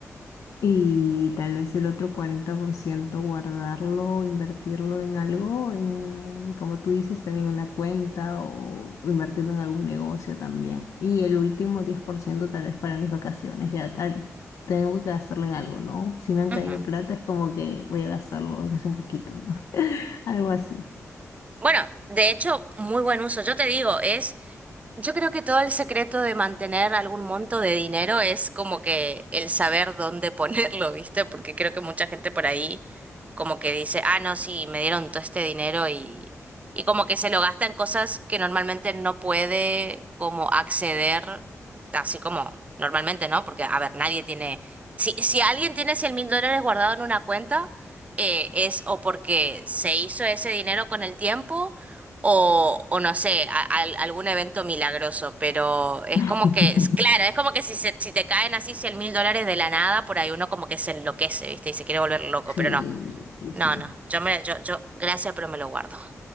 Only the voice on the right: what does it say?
Ujú.
Bueno, de hecho, muy buen uso. Yo te digo, es Yo creo que todo el secreto de mantener algún monto de dinero es como que el saber dónde <laughs> ponerlo, ¿viste? Porque creo que mucha gente por ahí como que dice, ah, no, sí, me dieron todo este dinero y, y como que se lo gasta en cosas que normalmente no puede como acceder, así como normalmente, ¿no? Porque, a ver, nadie tiene, si, si alguien tiene cien mil dólares guardado en una cuenta, eh, es o porque se hizo ese dinero con el tiempo o, o no sé, a- al- algún evento milagroso, pero es
como que, es, claro, es como que si, se- si te caen así cien mil dólares de la nada, por ahí uno como que se enloquece, ¿viste? Y se quiere volver loco,
pero no,
no,
no, yo me, yo, yo, gracias, pero me lo guardo.